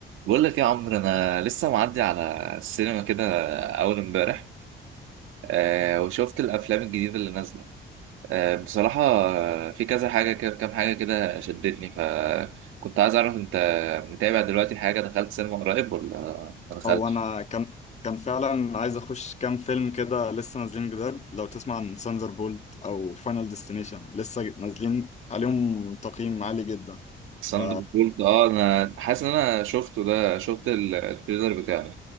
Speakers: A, on the right; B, on the left.
A: بقول لك يا عمرو انا لسه معدي على السينما كده اول امبارح آه وشفت الافلام الجديده اللي نازله آه بصراحه آه، في كذا حاجه كده كام حاجه كده شدتني فكنت عايز اعرف انت متابع دلوقتي حاجه دخلت سينما قريب ولا ما دخلتش
B: هو انا كان كان فعلا عايز اخش كام فيلم كده لسه نازلين جداد لو تسمع عن ساندر بولت او فاينل ديستنيشن لسه نازلين عليهم تقييم عالي جدا
A: ساندر
B: ف
A: بولت اه انا حاسس ان انا شفته ده شفت ال- التريلر بتاعه